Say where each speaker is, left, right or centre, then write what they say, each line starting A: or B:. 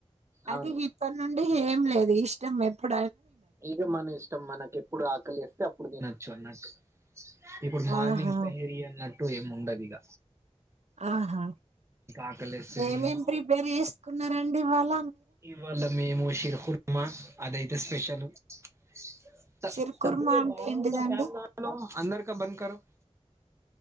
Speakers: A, on the right (about 25°); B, on the right (about 70°).
A: అవును
B: అది ఇప్పటి నుండి ఏం లేదు ఇష్టం ఎప్పుడు
A: ఇదు మన ఇష్టం మనకి ఎప్పుడు ఆకలి వేస్తే అప్పుడు తినొచ్చు అన్నట్టు ఇప్పుడు మార్నింగ్
B: ఆహా
A: సహేరీ అన్నట్టు ఏం ఉండదు ఇగ
B: ఆహా
A: ఆకలిస్తే
B: ఏమేమ్
A: తిను
B: ప్రిపేర్ చేసుకున్నారండివాళ
A: ఇవాళ మేము షిర్కుర్మా అదయితే స్పెషల్ స్
B: సిరుకుర్మా
A: తబ్బు ఎ
B: అంటే
A: బాహర్
B: ఏంటిదండి
A: క ఫ్యాన్ దాలో అందర క బంద్ కరో